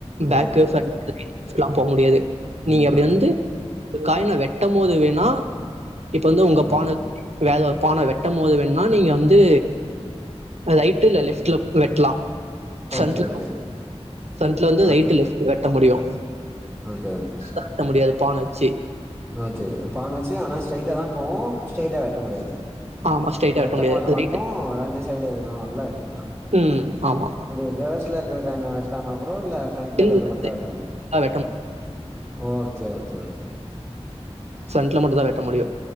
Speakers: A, on the right; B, in the centre.
A: பேக்கு
B: ஓகே
A: ஃப்ரெண்ட்
B: ஓகே
A: <inaudible> லா போமுடியாது நீங்க
B: ம்
A: அப்டி
B: ஓகே
A: வந்து காயின வெட்டம் போது வேணா இப்பந்து உங்க
B: ஓ
A: பான வேற ஒரு பான வெட்டம் போது வேண்ணா நீங்க வந்து ரைட்டு இல்ல லெஃப்ட்ல வெட்லா ஃப்ரன்ட்ல
B: ஓகே ஓகே
A: ஃப்ரன்ட்ல ஃவந்து ரைட்
B: ஓகே
A: லெஃப்ட்
B: ஓகே
A: வெட்ட முடியு
B: ஓகே ஓகே
A: வெட்ட முடியாது பான் வச்சு
B: ஓகே பான் வச்சு ஆனா ஸ்ட்ரைட்டாடா தா போவு ஸ்ட்ரைட்டா வெட்ட முடியாது
A: ஆமா, ஸ்ட்ரைட்டா
B: வெட்டும்
A: வெட்ட முடியாது.
B: போது மட்டு
A: ரைட்
B: ரெண்டு சைடு எதுனா ஒன்ல வெட்டிக்லா
A: ம். ஆமா.
B: ரி ரிவர்ஸ்ல இருக்கிற காயின வெட்லாமா ப்ரோ இல்ல ஃப்ரண்ட்ல
A: இல்ல
B: இக்றத மட்டு தா வெட்ட முடியுமா
A: லெஃப்ட்ல வெட்ட முடியாது.
B: ஓகே ஓகே ஓகே
A: ஃப்ரண்ட்ல மட்டு தா வெட்ட முடியு